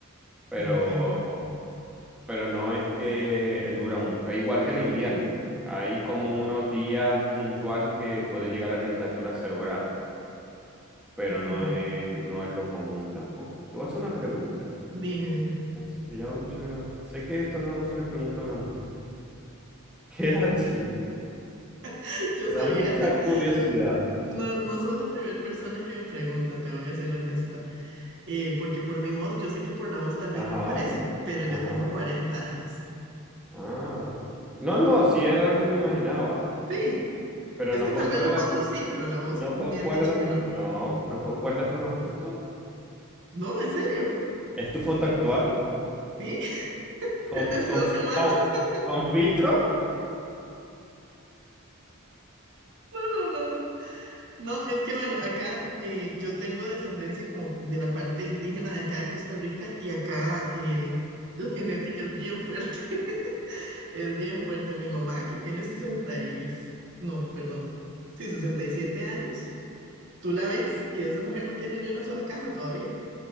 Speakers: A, in the centre; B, on the right.
A: pero...
B: Entiendo.
A: pero no es que dura mucho. E Igual que el invierno, hay como unos días puntuales que puede llegar la temperatura a cero grados, pero
B: Mm,
A: no es, no es lo común tampoco. Te voy a hacer una pregunta, Francela.
B: dime, dime.
A: Me llama mucho la- Sé que esto no se le pregunta a una mujer. <laughs> ¿Qué edad tiene?
B: <laughs>
A: Me
B: Yo sabía.
A: da mucha curiosidad.
B: <laughs> No, no sos la primera persona que me pregunta, te voy a ser honesta. Eh, porque por mi voz, yo sé que por la voz tal vez
A: Ajá,
B: no parece, pero yo
A: ajá.
B: tengo 40 años.
A: Ah, vale, vale. No, no, sí era lo que me imaginaba,
B: Sí,
A: pero
B: es
A: no
B: que tal
A: concuerda,
B: vez la foto sí, pero la voz
A: no
B: me
A: concuerda,
B: han dicho que no.
A: no, no concuerda con la foto.
B: No, en serio.
A: ¿Es tu foto actual?
B: Sí, <laughs>
A: con,
B: desde hace
A: con,
B: dos semanas.
A: con-
B: <laughs>
A: con filtro.
B: No, no, no, no, no. No, es que bueno, acá eh, yo tengo descendencia como de la parte indígena de acá de Costa Rica y acá eh, la genética es bien fuerte. <laughs> Es bien fuerte. Mi mamá, que tiene 60 y... No, perdón. Sí, 67 años. Tú la ves y esa mujer no tiene ni una sola cana todavía.